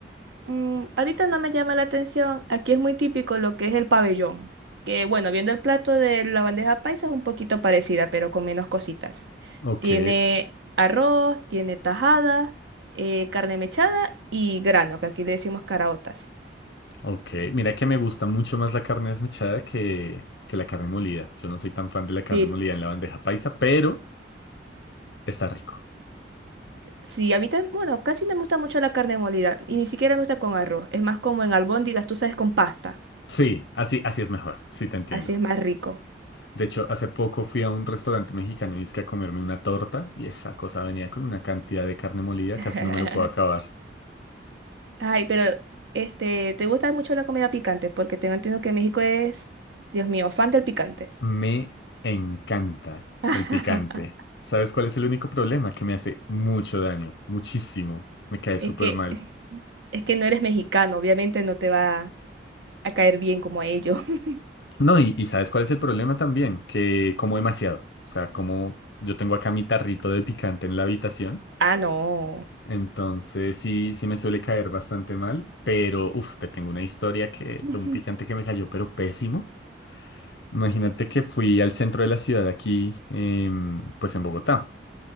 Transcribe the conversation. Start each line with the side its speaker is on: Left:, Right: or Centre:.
Right: Mm, ahorita no me llama la atención. Aquí es muy típico lo que es el pabellón. Que bueno, viendo el plato de la bandeja paisa es un poquito parecida, pero con menos cositas.
Left: Ok,
Right: Tiene arroz, tiene tajada, eh, carne mechada y grano, que aquí le decimos caraotas.
Left: ok. Mira que me gusta mucho más la carne desmechada que, que la carne molida. Yo no soy tan fan de la carne
Right: Sí.
Left: molida en la bandeja paisa, pero está rico.
Right: Sí, a mí también, bueno, casi no me gusta mucho la carne molida y ni siquiera me gusta con arroz. Es más como en albóndigas, tú sabes, con pasta.
Left: Sí, así, así es mejor. Sí, te entiendo.
Right: Así es más rico.
Left: De hecho, hace poco fui a un restaurante mexicano y dizque a comerme una torta y esa cosa venía con una cantidad de carne molida,
Right: <laughs>
Left: casi no me lo puedo acabar.
Right: Ay, pero este, ¿te gusta mucho la comida picante? Porque tengo entendido que México es, Dios mío, fan del picante.
Left: Me encanta
Right: <laughs>
Left: el picante. ¿Sabes cuál es el único problema? Que me hace mucho daño, muchísimo. Me cae
Right: Es
Left: súper
Right: que,
Left: mal.
Right: es que no eres mexicano, obviamente no te va a caer bien como a ellos. <laughs>
Left: No, y, y ¿sabes cuál es el problema también? Que como demasiado. O sea, como yo tengo acá mi tarrito de picante en la habitación.
Right: Ah, no.
Left: Entonces sí, sí me suele caer bastante mal. Pero, uff, te tengo una historia que,
Right: <laughs>
Left: de un picante que me cayó, pero pésimo. Imagínate que fui al centro de la ciudad aquí, em, pues en Bogotá.